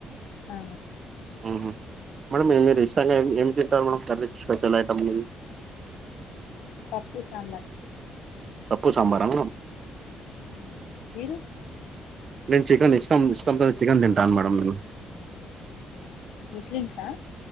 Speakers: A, on the left (about 85°); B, on the right (about 45°).
A: ఆ
B: ఊహు మేడం మీరు ఇష్టంగా ఏం తింటారు మేడం కర్రి శ్వతలైటము
A: పప్పు సాంబార్
B: పప్పు సాంబార్ ఆ మేడం
A: ఆ మీరు
B: నేను చికెన్ ఇష్టం ఇష్టం తోనే చికెన్ తింటాను మేడం నేను
A: ముస్లిమ్సా